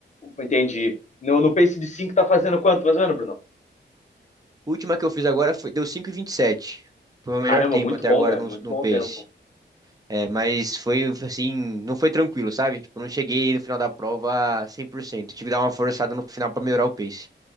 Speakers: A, on the left (about 40°); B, on the right (about 20°).
A: Entendi. No, no pace de 5 tá fazendo quanto, mais ou menos, Bruno?
B: A última que eu fiz agora foi, deu 5,27. Foi o meu melhor
A: Caramba,
B: tempo
A: muito
B: até
A: bom,
B: agora
A: velho.
B: no,
A: Muito
B: no
A: bom
B: pace.
A: tempo.
B: É, mas foi assim, não foi tranquilo, sabe? Tipo, eu não cheguei no final da prova 100%. Tive que dar uma forçada no final pra melhorar o pace.